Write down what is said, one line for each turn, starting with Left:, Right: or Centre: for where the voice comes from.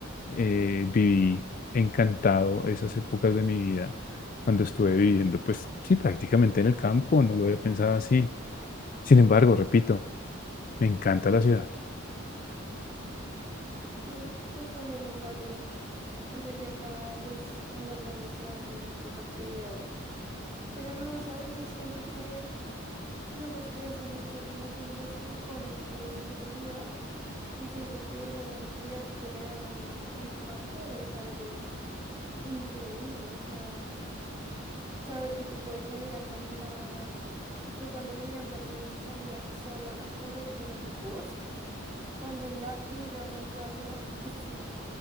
Left: eh, viví encantado esas épocas de mi vida cuando estuve viviendo, pues sí, prácticamente en el campo, no lo había pensado así. Sin embargo, repito, me encanta la ciudad.
Right: Sí, pues también es válido. Yo sé que acá, pues, en las grandes ciudades hay muchas actividades. Pero no, ¿sabes? Yo siento que Yo me estreso mucho como con los trancones y con la inseguridad y siento que esa tranquilidad que le da a uno el campo es algo increíble, o sea, saber que tú puedes salir a caminar. Yo cuando vivía en Berlín salía sola a correr por un bosque, cuando en la vida uno puede hacer algo <laughs> así,